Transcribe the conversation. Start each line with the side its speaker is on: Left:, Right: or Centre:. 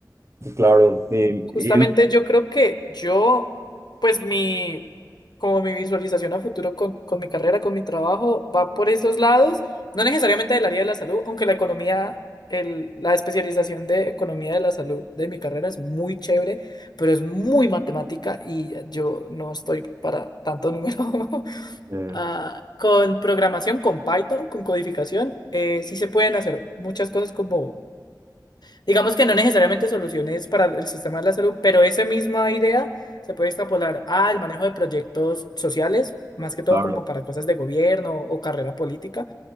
Right: Claro. Y,
Left: Justamente
Right: y-
Left: yo creo que yo, pues mi, como mi visualización a futuro con, con mi carrera, con mi trabajo, va por esos lados, no necesariamente del área de la salud, aunque la economía, el, la especialización de economía de la salud de mi carrera es muy chévere, pero es muy matemática y yo no estoy para tanto número. <laughs>
Right: eh,
Left: Ah, con programación, con Python, con codificación, eh, sí se pueden hacer muchas cosas como Digamos que no necesariamente soluciones para el sistema de la salud, pero esa misma idea se puede extrapolar al manejo de proyectos sociales, más que todo
Right: claro,
Left: como para cosas de gobierno o carrera política,